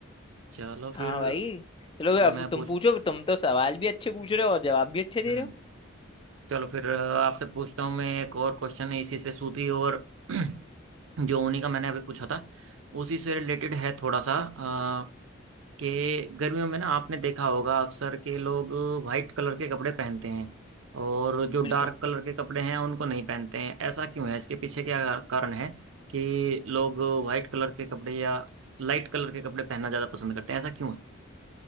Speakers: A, on the right; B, on the left.
A: चलो
B: हाँ
A: फिर
B: भाई चलो
A: मैं
B: अब तुम
A: पूछता
B: पूछो तुम तो सवाल भी अच्छे पूछ रहे हो और जवाब भी अच्छे दे
A: हम्म
B: रहे हो
A: चलो फिर अ, आपसे पूछता हूँ मैं एक और क्वेश्चन इसी से सूती और <clears throat> जो ऊनी का मैंने अभी पूछा था उसी से रिलेटेड है थोड़ा सा अ, कि गर्मियों में ना आपने देखा होगा अक्सर के लोग वाइट कलर के कपड़े पहनते हैं और जो
B: बिल्कुल
A: डार्क कलर के कपड़े हैं उनको नहीं पहनते हैं ऐसा क्यों है इसके पीछे क्या कारण है कि लोग वाइट कलर के कपड़े या लाइट कलर के कपड़े पहनना ज़्यादा पसंद करते हैं ऐसा क्यों है